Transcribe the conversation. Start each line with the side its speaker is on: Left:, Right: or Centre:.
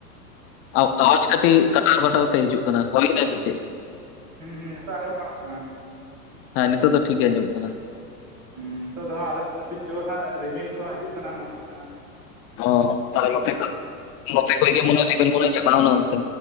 Left: ᱟᱣ ᱟᱣᱟᱡᱽ ᱠᱟᱹᱴᱤᱜ ᱠᱟᱴᱟᱣ ᱠᱟᱴᱟᱣ ᱛᱮ ᱦᱤᱡᱩᱜ ᱠᱟᱱᱟ, ᱦᱚᱭ ᱮᱫᱟᱭ ᱥᱮ ᱪᱮᱫ?
Right: ᱦᱩᱸ ᱦᱩᱸ ᱱᱤᱛᱚᱜ ᱟᱸᱡᱚᱢᱚᱜ ᱠᱟᱱᱟ ᱥᱮ ᱵᱟᱝᱼᱟ?
Left: ᱦᱮᱸ ᱱᱤᱛᱚᱜ ᱫᱚ ᱴᱷᱤᱠ ᱜᱮ ᱟᱸᱡᱚᱢᱚᱜ ᱠᱟᱱᱟ᱾
Right: ᱦᱸ ᱱᱤᱛᱚᱜ ᱫᱚ ᱦᱟᱸᱜ ᱟᱞᱮᱥᱮᱫ ᱟᱹᱰᱤ ᱡᱩᱨ ᱦᱟᱸᱜ ᱨᱤᱢᱤᱞ ᱠᱚ ᱦᱟᱸᱜ ᱦᱤᱡᱩᱜ ᱠᱟᱱᱟ ᱢᱚᱱᱮ ᱫᱚ ᱱᱷᱟᱸᱜ-ᱟ,
Left: ᱦᱚᱸ ᱛᱟᱦᱚᱞᱮ ᱱᱚᱛᱮ ᱠᱷᱚᱡ, ᱱᱚᱛᱮ ᱠᱷᱚᱡ ᱜᱮ ᱢᱚᱱᱮ ᱨᱮᱢᱤᱞ ᱢᱚᱱᱮ ᱪᱟᱞᱟᱣᱮᱱᱟ ᱚᱱᱛᱮ᱾